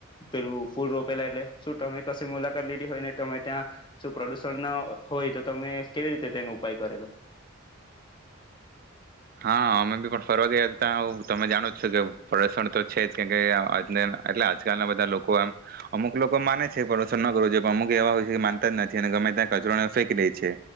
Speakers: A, on the left; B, on the right.
A: પેલું ફૂલ રોપેલા એટલે શું તમે કશે મુલાકાત લીધી હોય ને તમે ત્યાં શું પ્રદુષણ ના હોય તો તમે કેવી રીતે તેનો ઉપાય કરેલો?
B: હા અમે બી પણ ફરવા ગયા હતા ત્યાં તમે જાણો જ છો કે પ્રદુષણ તો છે જ કેમ કે એટલે આજકાલના બધા લોકો એમ અમુક લોકો માને છે પ્રદુષણ ન કરવું જોઈએ પણ અમુક એવા હોય છે કે માનતા જ નથી અને ગમે ત્યાં કચરોને ફેંકી લે છે